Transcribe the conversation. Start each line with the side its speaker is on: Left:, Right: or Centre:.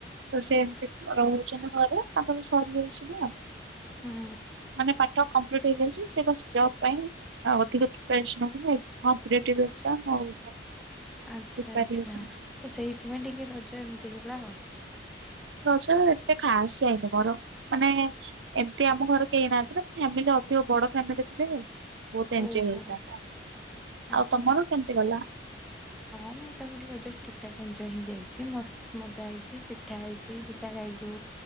Right: ତ ସେ ଏମତି ରହୁଛନ୍ତି ଘରେ ତାଙ୍କର ବି ସରିଯାଇଛି ନା।
Centre: ହୁଁ
Right: ମାନେ ପାଠ କମ୍ପ୍ଲିଟ ହେଇଯାଇଛି ସେ ବାସ ଜବ ପାଇଁ ଆଉ ଅଧିକ ପ୍ରିପାରେସନ ହଉଛନ୍ତି ହଁ ପ୍ରି ଟାଇଭ ଏକଜାମ୍ ଆଉ।
Centre: ଆଚ୍ଛା
Right: ପ୍ରିପାର
Centre: ଆଚ୍ଛା
Right: ହଉଛନ୍ତି।
Centre: ଓ ସେଇଥିପାଇଁ ଟିକେ ରଜ ଏମିତି ହେଲା ଆଉ।
Right: ରଜ ଏତେ ଖାସ୍ ଯାଇନି ମୋର ମାନେ ଏମତି ଆମ ଘରେ କେହି ନାହାଁନ୍ତି ନା ଫ୍ୟାମିଲି ଅଧିକ ବଡ ଫ୍ୟାମିଲି ହେଇଥିଲେ ବହୁତ ଏଞ୍ଜୟ
Centre: ଓହୋ
Right: ହେଇଥାନ୍ତା।
Centre: ଆଚ୍ଛା
Right: ଆଉ ତମର
Centre: ଆଚ୍ଛା।
Right: କେମତି ଗଲା?
Centre: ହଁ ମୋଟାମୋଟି ରଜରେ ଠିକ୍ ଠାକ୍ ଏଞ୍ଜୟ୍ ହିଁ ଯାଇଚି ମସ୍ତ୍ ମଜା ହେଇଚି ପିଠା ହେଇଚି ପିଠା ଖାଇଚୁ